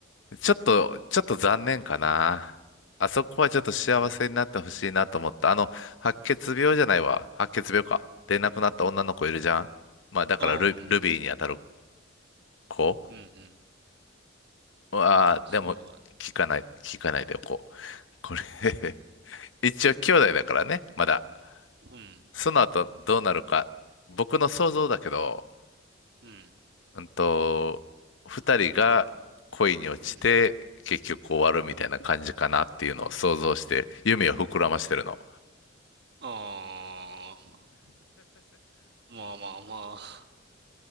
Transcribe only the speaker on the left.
ちょっと、ちょっと残念かな。あそこはちょっと幸せになってほしいなと思った。
あの、白血病じゃないわ。白血病か。で亡くなった女の子いるじゃん。まあだからル、
ルビーに当たる子。
ああ、
でも、聞かない、聞かないでおこう。これ <laughs> 一応兄弟だからね、まだ。
その後どうなるか、僕の想像だけど、
うんと、二人が恋に落ちて結局終わるみたいな感じかなっていうのを想像して夢を膨らましてるの。